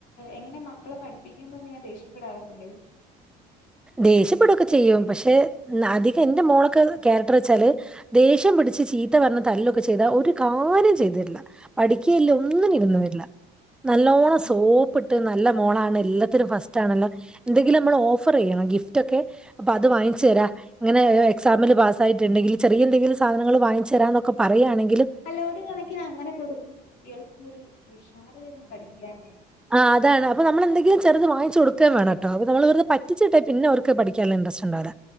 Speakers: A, on the left; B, in the centre.
A: എങ്ങനെ മക്കളെ പഠിപ്പിക്കുമ്പോ എങ്ങനെ ദേഷ്യപ്പെടാറ് ഒകെ ഉണ്ടോ
B: ദേഷ്യപ്പെടുകൊക്കെ ചെയ്യും പക്ഷെ അധികം എൻന്റെ മോളൊക്കെ ക്യാരക്ടർ വെച്ചാല് ദേഷ്യം പിടിച്ച് ചീത്ത പറഞ്ഞാ തല്ലൊക്കെ ചെയ്ത ഒരു കാര്യം ചെയ്തു തരില്ല പഠിക്കുകയില്ല ഒന്നിനും ഇരുന്ന് തരില്ല നല്ലോണം സോപ്പിട്ട്
A: അതെ
B: നല്ല മോളാണ് എല്ലാത്തിനും ഫസ്റ്റ് ആണല്ലോ എന്തെങ്കിലും നമ്മള് ഓഫ- ഓഫറ് ചെയ്യണം ഗിഫ്റ്റ് ഒക്കെ അപ്പ അത് വാങ്ങിച്ചു
A: ഉം
B: തരാം ഇങ്ങനെ- എക്സമിന് പാസായിട്ടണ്ടെങ്കിൽ ചെറിയ എന്തെങ്കിലും സാധനങ്ങള് വാങ്ങിച്ച് തരാമൊക്കെ- പറയുവാണേ
A: അല്ല ഒരു കണക്കിന് അങ്ങനെ കൊടുക്കുന്ന കുട്ടികൾക്കും ഒരു ഉഷാറ് വരും പഠിക്കാനെ
B: ആഹ് അതാണ് അപ്പ നമ്മള് എന്തെങ്കിലും ചെറുത് വാങ്ങിച്ചു കൊടുക്കൂവേണം കേട്ടോ അപ്പ നമ്മള് വെറുതെ - പറ്റിച്ചിട്ടേ പിന്നെ അവർക്ക് പഠിക്കാനുള്ള ഇൻറ്രസ്റ്റ്ണ്ടാവില്ല